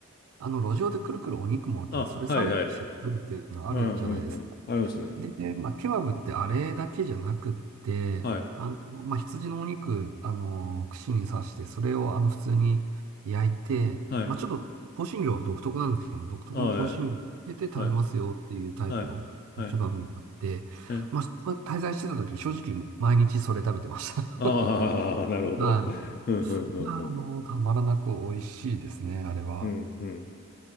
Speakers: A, on the right; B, on the left.
A: あの、路上でくるくるお肉もあって、
B: あ、
A: それサンドして食べるっていうのあるじゃないですか。
B: はいはい。うんうんうん。ありますね。
A: で、まあ、ケバブってあれだけじゃなくって、
B: はい。
A: あの、まあ、羊のお肉、あの、串に刺して、それをあの、普通に焼いて、
B: はい。
A: まあ、ちょっと香辛料は独特なんですけども、独特の香辛料を入れて食べますよっていうタイプのケバブもあって、
B: あはい。はい。はい。はい。え
A: まあ、滞在してた時、正直毎日それ食べてました。
B: ああ、なるほど。
A: <laughs> はい。
B: ふんふんふんふん。
A: まあ、あの、たまらなく美味しいですね、あれは。
B: うん、うん。